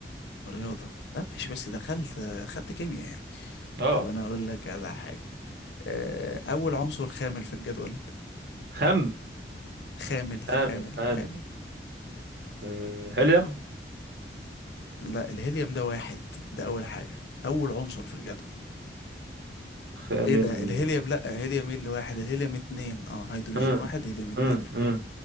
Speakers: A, on the left (about 75°); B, on the right (about 60°).
A: رياضة لا ماشي بس دخلت خدت كيمياء يعني
B: اه
A: طب انا اقول لك على حاجة آه، اول عنصر خامل في الجدول
B: خم
A: خامل
B: خامل
A: خامل
B: خامل
A: خامل
B: آه، هيليوم
A: لا الهيليوم ده واحد ده اول حاجة اول عنصر في الجدول
B: خامل
A: ايه ده
B: حلو
A: الهيليوم
B: ده.
A: لا هيليوم ايه اللي واحد الهيليوم اتنين اه هيدروجين
B: امم
A: واحد هيليوم اتنين
B: امم امم